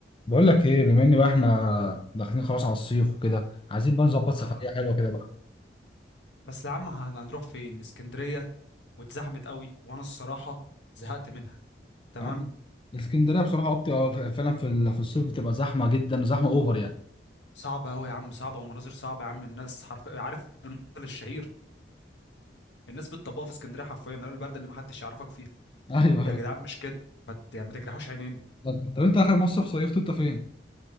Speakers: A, on the left; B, on the left.
A: بقول لك ايه بما ان بقى احنا داخلين خلاص على الصيف وكده عايزين بقى نظبط سفريه
B: آه.
A: حلوه كده بقى
B: بس يا عم هن- هنروح فين اسكندرية واتزحمت قوي وانا الصراحة زهقت منها تمام
A: آه. الاسكندريه بصراحه أكتر- آه، فعلا في ال- في الصيف بتبقى زحمه جدا زحمه اوفر يعني
B: صعبة قوي يا عم صعبة ومناظر صعبة يا عم الناس حرف عارف المثل الشهير الناس بتطبقها في اسكندرية حرفيا اللي هو البرد اللي محدش يعرفك فيها
A: <laughs> ايوه
B: يا جدعان مش كده ما ت- يعني ما تجرحوش عينين
A: طب- طب انت اخر مصيف صيفته انت فين؟